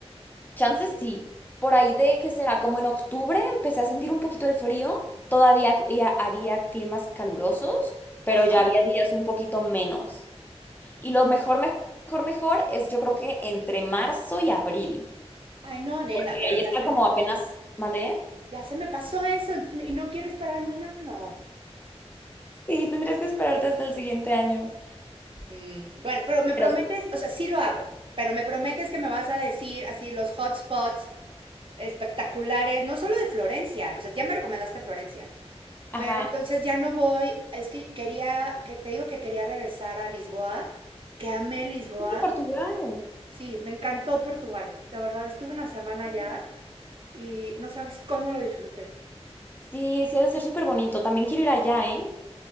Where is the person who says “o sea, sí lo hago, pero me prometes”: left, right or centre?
Right